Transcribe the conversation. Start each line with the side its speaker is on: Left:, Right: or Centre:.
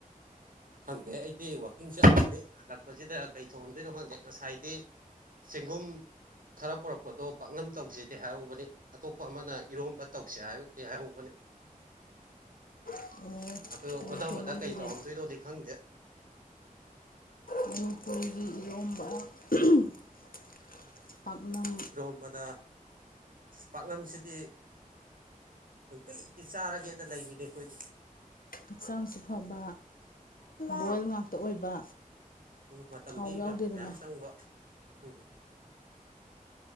Right: ꯈꯪꯗꯦ ꯑꯩꯗꯤ ꯋꯥꯛꯀꯤꯡ ꯆꯠꯂꯨꯕꯅꯤ ꯍꯜꯂꯛꯄꯁꯤꯗ ꯀꯩ ꯊꯣꯡꯉꯝꯗꯣꯏꯅꯣ ꯈꯪꯗꯦ ꯉꯁꯥꯏꯗꯤ ꯆꯦꯡꯒꯨꯝ ꯈꯔ ꯄꯨꯔꯛꯄꯗꯣ ꯄꯥꯛꯅꯝ ꯇꯧꯁꯦꯗꯤ ꯍꯥꯏꯍꯧꯕꯅꯤ ꯑꯇꯣꯞꯄ ꯑꯃꯅ ꯏꯔꯣꯝꯕ ꯇꯧꯁꯦ ꯍꯥꯏꯗꯤ ꯍꯥꯏꯍꯧꯕꯅꯤ
Left: ꯑꯣ
Right: ꯑ ꯑꯣꯟꯅꯕꯗ
Left: ꯌꯥꯝ ꯐꯩꯅꯦ ꯑꯗꯨꯗꯤ
Right: ꯀꯩ ꯇꯧꯔꯝꯗꯣꯏꯅꯣꯗꯤ ꯈꯪꯗꯦ
Left: ꯃꯅꯤꯄꯨꯔꯤꯒꯤ ꯏꯔꯣꯝꯕ <unintelligible> ꯄꯥꯛꯅꯝ
Right: ꯏꯔꯣꯝꯕꯗ ꯄꯥꯛꯅꯝꯁꯤꯗꯤ ꯅꯨꯡꯇꯤꯒꯤ ꯆꯥꯔꯒꯦꯗ ꯂꯩꯕꯤꯅꯤ ꯑꯩꯈꯣꯏꯗꯤ
Left: ꯍꯛꯆꯥꯡꯁꯨ ꯐꯕ ꯕꯣꯏꯜ ꯉꯥꯛꯇ ꯑꯣꯏꯕ
Right: ꯎꯝ ꯃꯇꯝꯗꯤ
Left: ꯊꯥꯎ ꯌꯥꯎꯗꯦꯗꯅ
Right: ꯃꯌꯥꯝ ꯃꯌꯥꯝ ꯆꯪꯕ ꯎꯝ